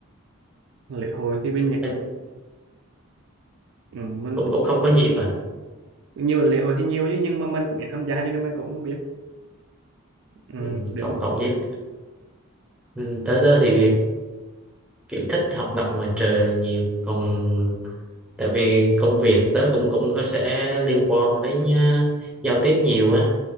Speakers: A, on the right; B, in the centre.
A: lễ hội thì bên Nhật
B: bên,
A: ừ, mình
B: cũng
A: cũng
B: cũng không có nhiều à
A: nhiều lễ hội thì nhiều chứ nhưng mà mình cũng ít tham gia cho nên mình cũng không biết ừ,
B: ừ,
A: để
B: cậu
A: mình
B: cậu
A: biết
B: biết ừ, tới đó thì kiểu thích hoạt động ngoài trời là nhiều còn tại vì công việc tớ cũng cũng có sẽ liên quan đến ờ, giao tiếp nhiều á